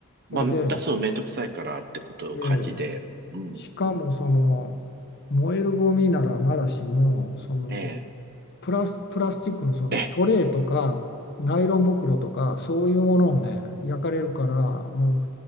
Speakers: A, on the right (about 45°); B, on the left (about 50°).
A: まあ、
B: それで
A: 出すのめんどくさいからってことを感じで。
B: ええ、
A: うん。
B: しかもその燃えるゴミならまだしもその
A: え
B: プラス、プラスチックのそのトレーとかナイロン袋とかそういうものをね焼かれるからもう
A: え、え、